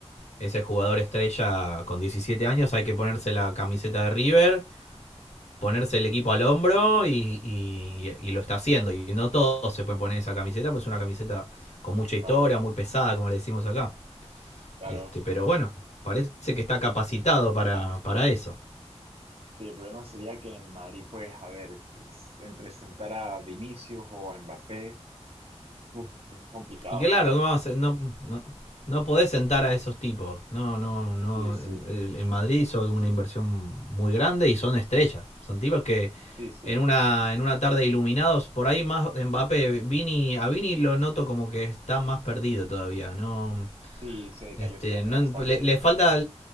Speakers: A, on the left; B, on the right.
A: ese jugador estrella con 17 años hay que ponerse la camiseta de River ponerse el equipo al hombro y, y, y lo está haciendo. Y no todos se
B: Mm.
A: pueden poner esa camiseta, pues es una camiseta con mucha
B: Claro,
A: historia, muy pesada, como le decimos acá.
B: claro.
A: Este, pero bueno, parece que está capacitado para, para eso.
B: Sí, el problema sería que en el Madrid, pues, a ver, es- entre sentar a Vinicius o a Mbappé, uf, es complicado,
A: Y que claro,
B: ¿sabes?
A: no, no, no, no podés sentar a esos tipos. No, no, no.
B: Sí, sí,
A: En, en Madrid hizo una inversión muy grande y son estrellas. Son tipos que
B: sí, sí.
A: en una, en una tarde iluminados, por ahí más Mbappé, Vini, a Vini lo noto como que está más perdido todavía. No,
B: Sí, se decayó
A: Este,
B: este año
A: no,
B: bastante.
A: le, le falta